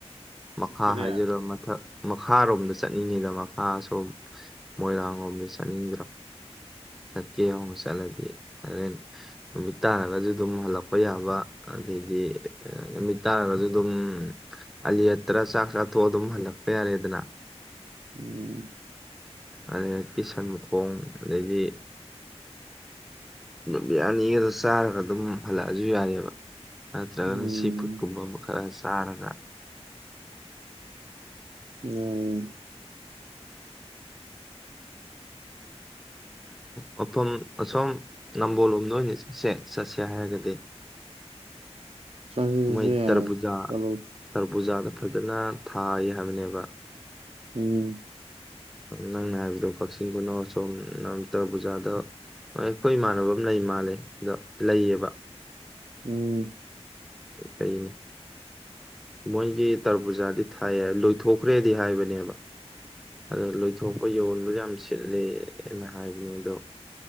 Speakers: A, in the centre; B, on the right.
A: ꯃꯈꯥ
B: ꯀꯔꯤ
A: ꯍꯥꯏꯖꯔ ꯃꯊꯛ ꯃꯈꯥꯔꯣꯝꯗ ꯆꯠꯅꯤꯡꯉꯤꯗ ꯃꯈꯥ ꯁꯣꯝ ꯃꯣꯏꯔꯥꯡꯂꯣꯝꯗ ꯆꯠꯅꯤꯡꯗ꯭ꯔꯣ ꯆꯠꯀꯦ ꯑꯃꯨ ꯆꯠꯂꯗꯤ ꯍꯣꯔꯦꯟ ꯅꯨꯃꯤꯠ ꯇꯥꯔꯒꯁꯨ ꯑꯗꯨꯝ ꯍꯜꯂꯛꯄ ꯌꯥꯕ ꯑꯗꯩꯗꯤ ꯅꯨꯃꯤꯠ ꯇꯥꯔꯒꯁꯨ ꯑꯗꯨꯝ ꯑꯂꯤꯂꯤꯌꯥꯌꯥꯠꯇ꯭ꯔ ꯆꯥꯛ ꯆꯥꯊꯣꯛꯑ ꯑꯗꯨꯝ ꯍꯜꯂꯛꯄ ꯌꯥꯔꯦꯗꯅ
B: ꯎꯝ
A: ꯑꯗꯩ ꯀꯤꯁꯟ ꯃꯈꯣꯡ ꯑꯗꯩꯗꯤ ꯕꯤꯔꯌꯥꯅꯤꯒꯗ ꯆꯥꯔꯒ ꯑꯗꯨꯝ ꯍꯜꯂꯛꯑꯁꯨ ꯌꯥꯔꯕ ꯇ꯭ꯔꯒ
B: ꯎꯝ
A: ꯁꯤ ꯐꯨꯠ ꯀꯨꯝ ꯑꯃ ꯈꯔ ꯆꯔꯒ
B: ꯎꯝ
A: ꯃꯐꯝ ꯑꯁꯣꯝ ꯅꯝꯕꯣꯜꯂꯣꯝꯗ ꯑꯣꯏꯅ ꯆꯠꯁꯦ ꯆꯠꯁꯦ ꯍꯥꯏꯔꯒꯗꯤ
B: ꯆꯁꯦ
A: ꯃꯣꯏ
B: ꯆꯁꯦ ꯌꯥꯢ
A: ꯇꯔꯕꯨꯖꯥ
B: ꯆꯂꯣꯁꯤ
A: ꯇꯔꯕꯨꯖꯥꯗ ꯐꯖꯅ ꯊꯥꯏ ꯍꯥꯏꯕꯅꯦꯕ
B: ꯎꯝ
A: ꯅꯪꯅ ꯍꯥꯏꯕꯗꯣ ꯀꯛꯆꯤꯡ ꯈꯨꯅꯧ ꯑꯁꯣꯝ ꯇꯔ ꯄꯨꯖꯥꯗ ꯑꯩꯈꯣꯏ ꯏꯃꯥꯟꯅꯕ ꯑꯃ ꯂꯩ ꯃꯥꯜꯂꯦꯗ ꯂꯩꯌꯦꯕ
B: ꯎꯝ
A: ꯀꯩꯅꯤ ꯃꯣꯏꯒꯤ ꯇꯔ ꯄꯨꯖꯥꯗꯤ ꯊꯥꯏꯌꯦ ꯂꯣꯏꯊꯣꯛꯈ꯭ꯔꯦꯗꯤ ꯍꯥꯏꯕꯅꯦꯕ ꯑꯗꯣ ꯂꯣꯏꯊꯣꯛꯄ ꯌꯣꯟꯕ ꯌꯥꯝ ꯁꯤꯠꯂꯦꯅ ꯍꯥꯏꯕꯅꯦ ꯑꯗꯣ